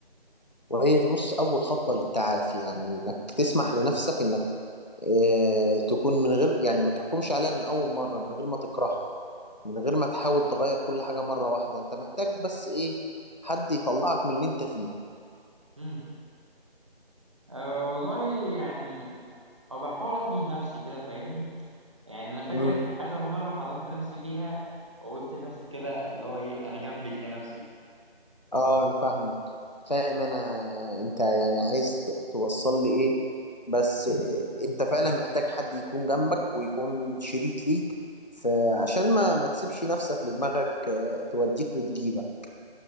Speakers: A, on the left (about 45°); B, on the right (about 30°).
A: وهي دي بص أول خطوة للتعافي يعني إنك تسمح لنفسك إنك آه، تكون من غير يعني ما تحكمش عليها من أول مرة من غير ما تكرهها من غير ما تحاول تغير كل حاجة مرة واحدة أنت محتاج بس إيه حد يطلعك من اللي أنت فيه
B: مم. أه والله يعني أو بحاول أحضن نفسي كده فاهمني يعني أنا فاكر
A: مم.
B: آخر مرة حضنت نفسي فيها وقلت لنفسي كده اللي هو إيه أنا جنبك يا نفسي
A: آه أنا فاهمك فاهم أنا أنت يعني عايز ت- توصل لي إيه بس آه، أنت فعلا محتاج حد يكون جنبك ويكون شريك ليك فعشان ما ما تسيبش نفسك لدماغك آه، توديك وتجيبك